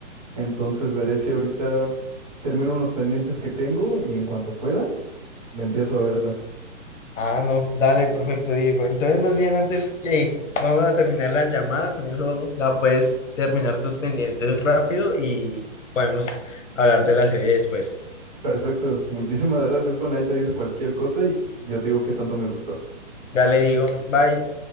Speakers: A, on the right; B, on the left.
A: Entonces veré si ahorita termino unos pendientes que tengo y en cuanto pueda, me empiezo a verla.
B: Ah, no, dale, perfecto, Diego. Entonces, más bien antes que vamos a terminar la llamada, con eso la puedes terminar tus pendientes rápido y podemos hablar de la serie después.
A: Perfecto, muchísimas gracias, Juan. Ahí te aviso cualquier cosa y yo te digo qué tanto me gustó.
B: Dale, Diego, bye.